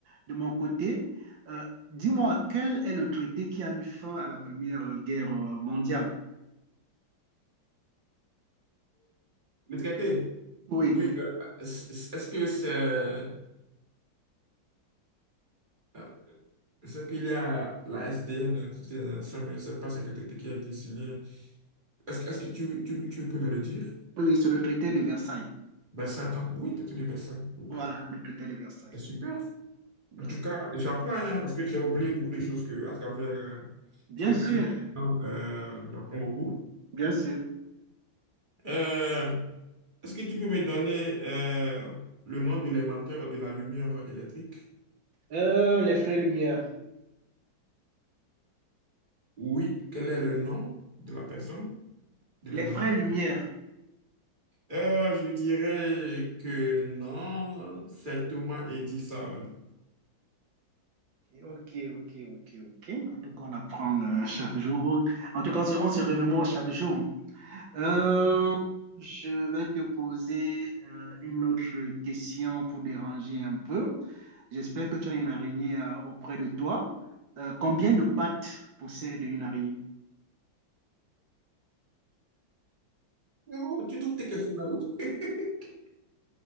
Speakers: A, on the right (about 70°); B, on the right (about 25°).
A: de mon côté. Euh, dis-moi, quel est le traité qui a mis fin à la Première Guerre mondiale?
B: Le traité?
A: Oui,
B: Oui, euh, c- est-ce que c'est... euh, C'est qu'il y a la SDN, Société des Nations, mais je ne sais pas c'est quel traité qui a été signé. Est-ce, que- est-ce que tu, tu, tu peux me le dire?
A: oui, c'est le traité de Versailles.
B: Versailles, attends, oui, traité de Versailles. Ouais,
A: Voilà, le critère de Versailles.
B: C'est super.
A: Donc,
B: En tout cas, j'apprends hein, parce que j'ai oublié beaucoup de choses que, à travers euh,
A: bien
B: cette
A: sûr,
B: petite. Euh, j'apprends beaucoup.
A: bien sûr.
B: Euh, est-ce que tu peux me donner euh, le nom de l'inventeur de la lumière électrique?
A: Euh, les frères Lumière.
B: Oui, quel est le nom de la personne, de l'inventeur?
A: Les frères Lumière.
B: Euh, je dirais que non, c'est Thomas Edison.
A: Ok, ok, ok, ok. En tout cas, on apprend euh, chaque jour. En tout cas, on se, on se remémore chaque jour. Euh,
B: Ouais.
A: je vais te poser euh, une autre question pour déranger un peu. J'espère que tu as une araignée euh, auprès de toi. Euh, combien de pattes possède une araignée?
B: Mais bon, tu trouves tes questions là-haut? <laughs>